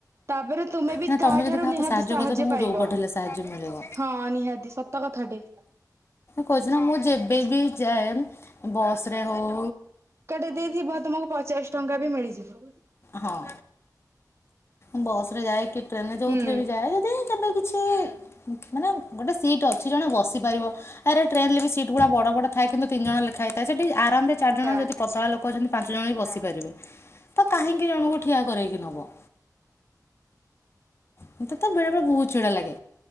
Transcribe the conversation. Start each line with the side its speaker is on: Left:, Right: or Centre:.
Right: ତାପରେ ତୁମେ ବି
Left: ନା
Right: କାହାଠାରୁ
Left: ତମେ ଯଦି କାହାକୁ
Right: ନିହାତି ସାହାଯ୍ୟ
Left: କରିଥିବ ତମକୁ
Right: ପାଇବ।
Left: ଯୋଉ ପଟେ ହେଲେ ସାହାଯ୍ୟ ମିଳିବ।
Right: ହଁ ନିହାତି ସତ କଥା ଟେ।
Left: କହୁଚି ନା ମୁଁ ଯେବେବି ଯାଏ ବସ ରେ ହଉ
Right: କେଟେ ଦେଇଥିବ ତମକୁ ପଚାଶ ଟଙ୍କା ବି ମିଳିଯିବ।
Left: ହଁ ମୁଁ ବସ ରେ ଯାଏ କି ଟ୍ରେନରେ ଯଉଥିରେ
Right: ହୁଁ
Left: ବି ଯାଏ ଯଦି କେବେ କିଛି ମାନେ ଗୋଟେ ସିଟ ଅଛି ଜଣେ ବସିପାରିବ ତାରେ ଟ୍ରେନରେ ବି ସିଟ୍ ଗୁଡା ବଡ ବଡ଼ ଥାଏ କିନ୍ତୁ ତିନ ଜଣ ଲେଖା ହେଇଥାଏ ସେଠି ଆରାମରେ ଚାରଜଣ
Right: ଆଚ୍ଛା।
Left: ଯଦି ପତଳା ଲୋ କ ଅଛନ୍ତି ପାଞ୍ଚ ଜଣ ହୀ ବସିପାରିବେ ତ କାହିଁକି ଜଣଙ୍କୁ ଠିଆ କରେଇକି ନବ। ମତେ ତ ବେଳେ ବେଳେ ବହୁତ ଚିଡ଼ା ଲାଗେ।